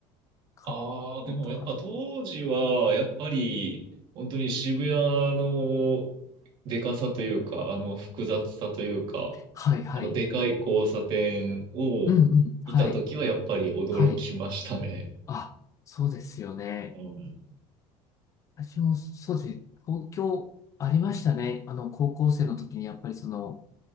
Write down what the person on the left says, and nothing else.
か、
のとか。
はい、はい。
うんうん。はい。はい。あ、そうですよね。
私も、そうです。東京ありましたね。あの、高校生の時にやっぱりその、